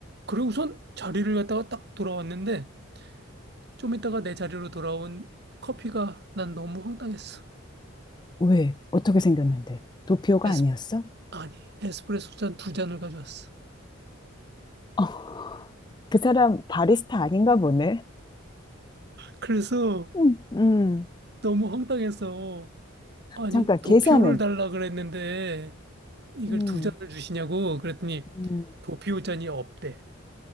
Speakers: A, on the right; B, on the left.
A: 그리고선 자리를 갖다가 딱 돌아왔는데, 좀 이따가 내 자리로 돌아온 커피가 난 너무 황당했어.
B: 왜? 어떻게 생겼는데? 도피오가
A: 에스,
B: 아니었어?
A: 아니, 에스프레소 잔 두 잔을 가져왔어.
B: 어, 그 사람 바리스타 아닌가 보네.
A: 그래서
B: 음, 음.
A: 너무 황당해서, 아니,
B: 잠깐,
A: 도피오를
B: 계산은?
A: 달라 그랬는데 이걸
B: 음,
A: 두 잔을 주시냐고 그랬더니
B: 음.
A: 도피오 잔이 없대.